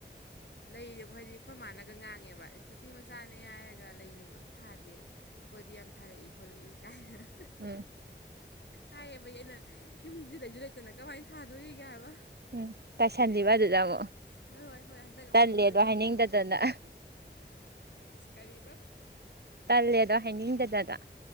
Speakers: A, on the left (about 70°); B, on the right (about 60°).
A: ꯂꯩꯗꯣ ꯍꯥꯏꯗꯤ ꯑꯩꯈꯣꯏ ꯃꯥꯅꯒ ꯉꯥꯡꯉꯦꯕ ꯑꯁ ꯅꯨꯄꯤ ꯃꯆꯥꯅꯦ ꯍꯥꯏꯔꯒ ꯂꯩ ꯅꯨꯡ ꯀꯝꯇ ꯊꯥꯗꯦ ꯑꯩꯈꯣꯏꯗꯤ ꯌꯥꯝ ꯊꯥꯔꯛꯏ ꯈꯣꯠꯂꯛꯏ ꯀꯥꯏꯅ
B: ꯎꯝ
A: ꯍꯥꯏꯌꯦꯕꯩ ꯑꯩꯅ ꯌꯨꯝꯗꯤ ꯂꯩꯁꯨ ꯂꯩ ꯐꯖꯅ ꯀꯃꯥꯏꯅ ꯊꯥꯗꯣꯔꯤꯒꯦ ꯍꯥꯏꯕ
B: ꯎꯝ ꯇꯥꯏꯁꯜꯂꯤꯕ ꯑꯗꯨꯗ ꯑꯃꯨꯛ
A: ꯍꯣꯏ ꯍꯣꯏ ꯍꯣꯏ ꯍꯟꯗꯛ ꯑꯃꯨꯛ
B: ꯇꯜꯂꯦꯗꯣ
A: ꯌꯨꯝꯗ ꯂꯩꯇꯕꯁꯤꯗ
B: ꯍꯥꯏꯅꯤꯡꯗꯗꯅ
A: ꯑꯃꯨꯛ ꯏꯁ ꯀꯔꯤꯕ
B: ꯇꯜꯂꯦꯗꯣ ꯍꯥꯏꯅꯤꯡꯗꯗꯅ